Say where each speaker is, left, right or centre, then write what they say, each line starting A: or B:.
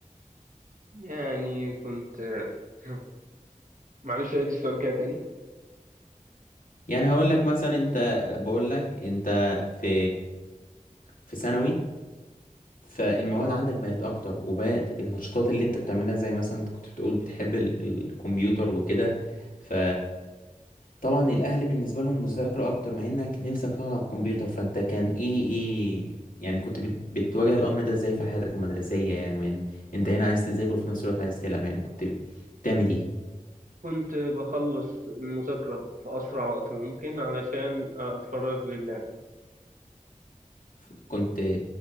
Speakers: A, on the right; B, on the left.
A: يعني كنت <clears throat> آه، <laughs> معلش عيد السؤال كده تاني
B: يعني هقول لك مثلا انت بقول لك انت في في ثانوي فالمواد
A: اه
B: عندك بقت اكتر وبقت النشاطات اللي انت بتعملها زي مثلا انت كنت بتقول بتحب ال- الكمبيوتر وكده ف طبعا الاهل بالنسبه لهم مذاكره اكتر مع انك نفسك تقعد على الكمبيوتر فانت كان ايه ايه يعني كنت بت- بتواجه الامر ده ازاي في حياتك المدرسيه يعني من انت هنا عايز تذاكر وفي نفس الوقت عايز تلعب يعني كنت بتعمل ايه
A: كنت بخلص المذاكرة في أسرع وقت ممكن علشان آه، أتفرغ لله
B: ف- كنت